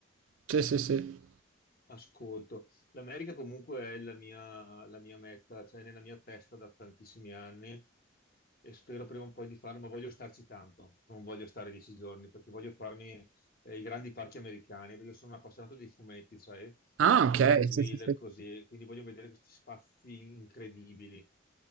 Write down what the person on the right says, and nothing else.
sì sì sì.
Ah ok,
sì
sì sì.